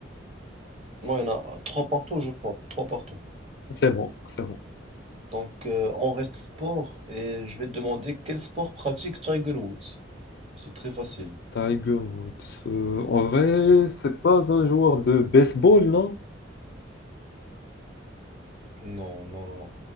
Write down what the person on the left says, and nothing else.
c'est bon, c'est bon.
Tiger Woods. Euh, en vrai, c'est pas un joueur de baseball, non?